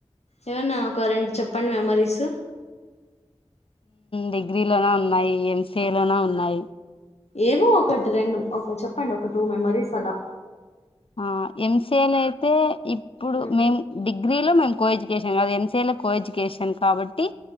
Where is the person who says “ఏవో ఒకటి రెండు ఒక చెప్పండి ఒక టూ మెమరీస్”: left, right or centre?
Left